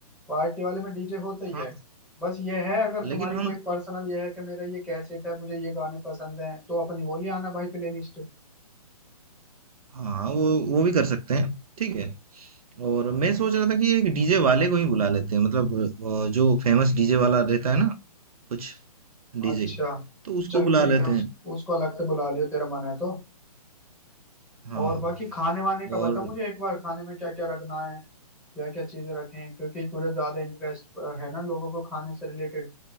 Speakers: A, in the centre; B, on the right.
A: पार्टी वाले में डीजे होता ही
B: हाँ
A: है बस ये है अगर तुम्हारी
B: लेकिन हम
A: कोई पर्सनल ये है कि मेरा ये कैसेट है मुझे ये गाने पसंद हैं तो अपनी वो ले आना भाई प्लेलिस्ट
B: हाँ वो वो भी कर सकते हैं ठीक है और मैं सोच रहा था कि एक डीजे वाले को ही बुला लेते हैं मतलब अ, जो फेमस डीजे वाला रहता है ना कुछ डीजे
A: अच्छा
B: तो उसको
A: चल
B: बुला
A: ठीक
B: लेते
A: है उस,
B: हैं
A: उसको अलग से बुला लियो तेरा मन है तो
B: हाँ
A: और बाकी खाने वाने का
B: और
A: बता मुझे एक बार खाने में क्या क्या रखना है क्या क्या चीजें रखें क्योंकि तुझे ज्यादा इंटरेस्ट है ना लोगों को खाने से रिलेटेड